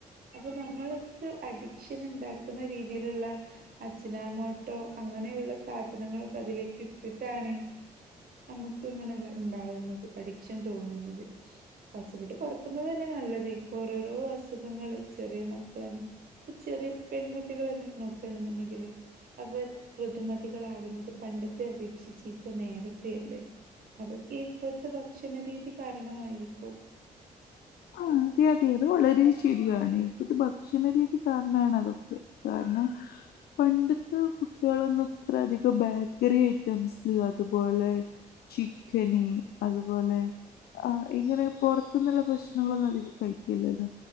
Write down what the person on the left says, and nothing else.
ആ അതെ അതെ അത് വളരെ ശരിയാണെ ഇപ്പത്തെ ഭക്ഷണരീതി കാരണാണ് ഇതൊക്കെ കാരണം പണ്ടത്തെ കുട്ടികളൊന്നും ഇത്ര അധികം ബേക്കറി ഐറ്റംസ് അതുപോലെ ചിക്കന് അതുപോലെ ആ ഇങ്ങനെ പൊറത്ത്ന്ന്ള്ള ഭക്ഷ് ണങ്ങളൊന്നും അധികം കഴിക്കലില്ലല്ലോ